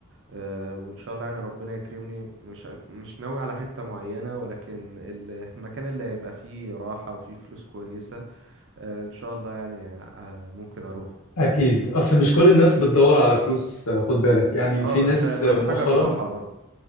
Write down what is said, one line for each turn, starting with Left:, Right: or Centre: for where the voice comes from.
Right: آه، وان شاء الله يعني ربنا يكرمني مش مش ناوي على حته معينه ولكن المكان اللي هيبقى فيه راحه وفيه فلوس كويسه آه، ان شاء الله يعني آه، ممكن اروح
Left: أكيد أصل مش كل الناس بتدور على فلوس آه، خد بالك يعني
Right: اه
Left: في
Right: ما
Left: ناس
Right: انا فاهم
Left: آه،
Right: اهم
Left: مؤخرا
Right: حاجه الراحه برضه